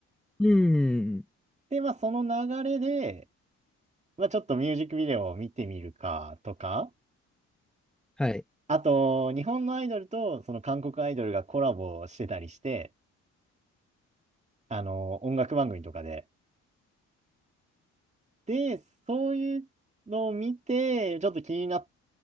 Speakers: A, in the centre; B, on the right (about 25°).
A: うん。
B: で、まあその流れで、まあちょっとミュージックビデオを見てみるかとか、
A: はい。
B: あと、日本のアイドルとその韓国アイドルがコラボしてたりして、あの、音楽番組とかで、で、そういうのを見て、ちょっと気になっ